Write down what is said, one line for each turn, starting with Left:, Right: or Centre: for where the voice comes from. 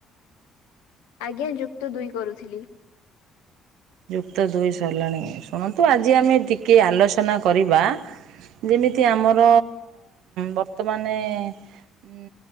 Left: ଆଜ୍ଞା ଯୁକ୍ତ ଦୁଇ କରୁଥିଲି।
Right: ଯୁକ୍ତ ଦୁଇ ସରିଲାଣି ଶୁଣନ୍ତୁ ଆଜି ଆମେ ଟିକେ ଆଲୋଚନା କରିବା। ଯେମିତି ଆମର ବର୍ତ୍ତମାନେ ଉଁ